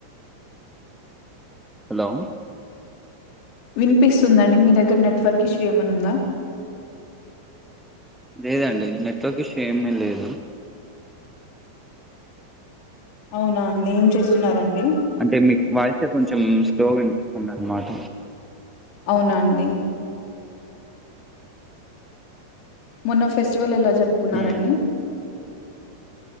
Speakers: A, in the centre; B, on the left (about 45°).
A: హలో
B: వినిపిస్తుందండి మీ దగ్గర నెట్వర్క్ ఇష్యూ ఏమన్న ఉందా
A: లేదండి నెట్వర్క్ ఇష్యూ ఏమీ లేదు
B: అవునా అండి ఏం చేస్తున్నారండి
A: అంటే మీకు వాయిసే కొంచెం స్లోగా వినిపిస్తుందన్నమాట
B: అవునండి మొన్న ఫె ఫెస్టివల్ ఎలా జరుపుకున్నారండి
A: ఉమ్,